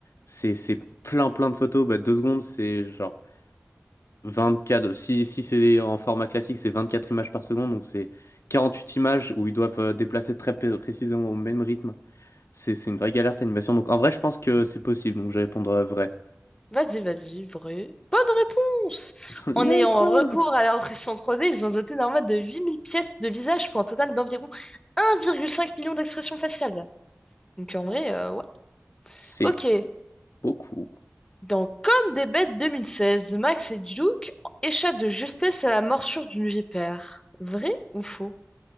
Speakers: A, on the left (about 70°); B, on the left (about 15°).
A: c'est c'est plein plein de photos bah deux secondes c'est genre vingt quatre si, si c'est en format classique, c'est 24 images par seconde, donc c'est 48 images où ils doivent euh, déplacer très pré- précisément au même rythme. C'est c'est une vraie galère cette animation. Donc en vrai, je pense que c'est possible, donc je vais répondre euh, vrai.
B: Vas-y, vas-y, vrai. Bonne réponse!
A: <laughs> Let's
B: En ayant
A: go!
B: recours à l'impression 3D, ils ont doté Norman de 8000 pièces de visage pour un total d'environ 1,5 million d'expressions faciales. Donc en vrai, euh, ouais.
A: C'est
B: Ok.
A: beaucoup.
B: Dans Comme des bêtes 2016, Max et Duke échappent de justesse à la morsure d'une vipère. Vrai ou faux?